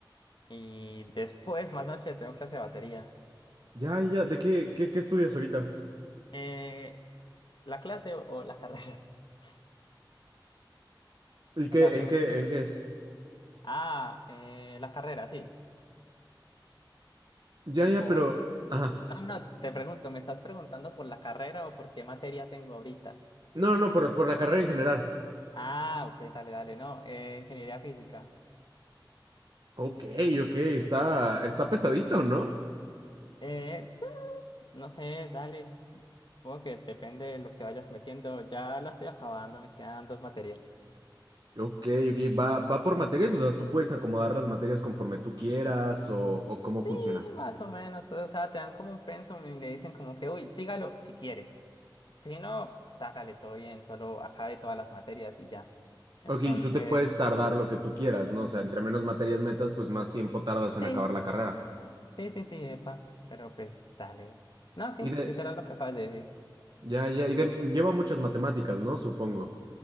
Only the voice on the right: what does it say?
Ya, ya, ¿de qué, qué, qué estudias ahorita?
¿Y qué,
en qué, en qué es?
Ya,
ya, pero, ajá.
No, no, no, por, por la carrera en general.
Ok, ok, está, está pesadito, ¿no?
Ok, ok, va, va por materias, o sea, tú puedes acomodar las materias conforme tú quieras o, o
cómo funciona.
Ok, tú te puedes tardar
lo que tú quieras, ¿no? O sea, entre menos materias metas, pues más tiempo tardas en
acabar la carrera.
Y de,
ya, ya, y de, lleva muchas matemáticas, ¿no? Supongo.